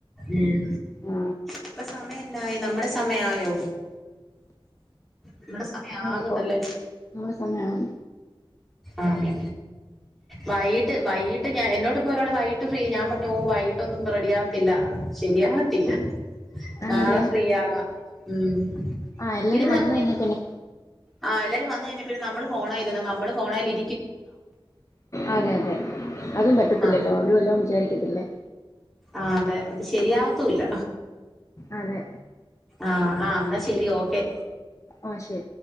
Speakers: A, in the centre; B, on the left (about 35°).
A: ഉം
B: ആ
A: ഇപ്പ സമയം എന്നായി നമ്മ്ടെ സമയം ആയോ നമ്മടെ സമയം
B: ആ
A: ആകുന്നില്ലേ
B: കൊ- നമ്മുടെ സമയം
A: ആണോ വയ്യിട്ട് വയ്യിട്ട് ഞാൻ എന്നോട് ഇന്ന്പ്പോ ഒരാള് വയ്യിട്ട് ഫ്രീ ഞാൻ പറഞ്ഞു ഓ വയ്യിട്ടൊന്നും റെഡി ആകത്തില്ല ശരിയാവത്തില്ല നാളെ
B: ആണല്ലേ
A: ഫ്രീ ആകാം ഉം
B: ആ എല്ലാരും
A: ഇതിന് നമ്മക്ക്
B: വന്ന് കഴിഞ്ഞാ
A: ഇ
B: പിന്നെ
A: ആ എല്ലാരും വന്ന് കഴിഞ്ഞാ പിന്നെ നമ്മള് ഫോണായിരുന്നാ നമ്മള് ഫോണേലിരി
B: അതെ അതെ അതും പറ്റത്തില്ലല്ലോ
A: ആഹ്
B: അവരു വല്ലോം വിജാരിക്കത്തില്ലേ
A: ആ അതെ അത് ശരിയാവത്തൂ ഇല്ല
B: അതെ
A: ആഹ് ആ എന്നാ ശെരി ഓക്കെ
B: ആഹ് ശരി